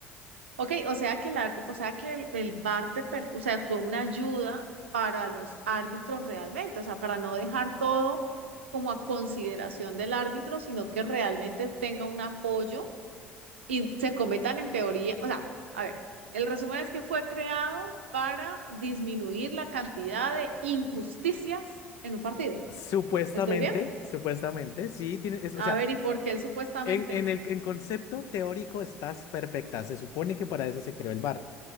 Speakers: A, on the right; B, on the left.
A: Ok, o sea que la, o sea que el, el bar te, per- o sea, fue una ayuda para los árbitros realmente, o sea, para no dejar todo como a consideración del árbitro, sino que realmente tenga un apoyo y se cometan en teoría, o sea, a ver, el resumen es que fue creado para disminuir la cantidad de injusticias en un partido.
B: Supuestamente,
A: ¿Estoy bien?
B: supuestamente, sí, tiene, es, o
A: A
B: sea,
A: ver, ¿y por
B: e-
A: qué
B: e-
A: él supuestamente?
B: en, en el en concepto teórico estás perfecta, se supone que para eso se creó el VAR,